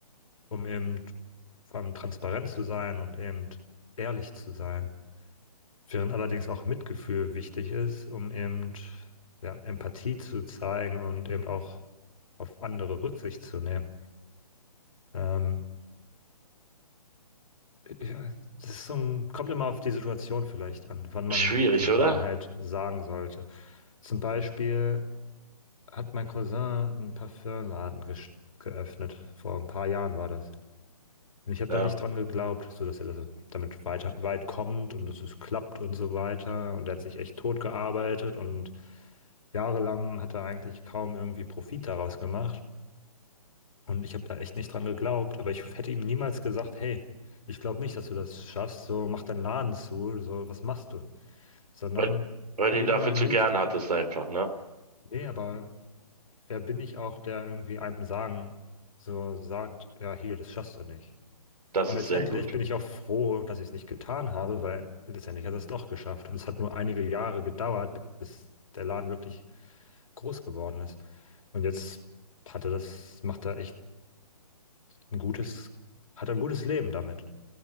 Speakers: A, on the left; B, on the right.
A: um eben vor allem transparent zu sein und eben ehrlich zu sein. Während allerdings auch Mitgefühl wichtig ist, um eben ja, Empathie zu zeigen und eben auch auf andere Rücksicht zu nehmen. Ähm, ja, das ist so ein, kommt immer auf die Situation vielleicht an, wann man
B: Schwierig,
A: die
B: oder?
A: Wahrheit sagen sollte. Zum Beispiel hat mein Cousin einen Parfümladen gesch- geöffnet. Vor ein paar Jahren war das. Und ich habe
B: Ja.
A: da nicht dran geglaubt, so dass er das, damit weiter, weit kommt und dass es klappt und so weiter. Und er hat sich echt tot gearbeitet und jahrelang hat er eigentlich kaum irgendwie Profit daraus gemacht. Und ich habe da echt nicht dran geglaubt, aber ich hätte ihm niemals gesagt, hey, ich glaube nicht, dass du das schaffst, so mach deinen Laden zu, so was machst du? Sondern
B: Weil, weil
A: ich
B: du
A: habe
B: ihn
A: ihm
B: dafür
A: immer Mut.
B: zu gern hattest einfach, ne?
A: Nee, aber wer bin ich auch, der irgendwie einem sagen, so sagt, ja, hier, das schaffst du nicht.
B: Das
A: Und
B: ist
A: letztendlich
B: sehr gut.
A: bin ich auch froh, dass ich es nicht getan habe, weil letztendlich hat er es doch geschafft. Und es hat nur einige Jahre gedauert, bis der Laden wirklich groß geworden ist. Und jetzt hat er das, macht er echt ein gutes, hat er ein gutes Leben damit.